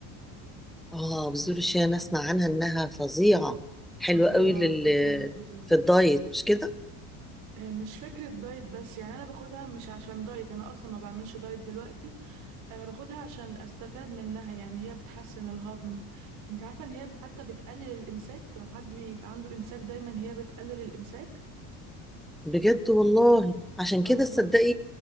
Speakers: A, in the centre; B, on the right (about 55°).
A: اه بذور الشيا انا اسمع عنها انها فظيعه حلوه
B: فظيعة
A: قوي لل
B: فظيعة فظيعة
A: في الدايت مش كده
B: آه، مش فكرة دايت بس يعني انا باخدها مش عشان دايت انا اصلا ما بعملش دايت دلوقتي انا باخدها عشان استفاد منها يعني هي بتحسن الهضم انت عارفة ان هي حتى بتقلل الامساك لو حد بيبقى عنده امساك دايما هي بتقلل الامساك
A: بجد والله عشان
B: اه
A: كده
B: والله
A: تصدقي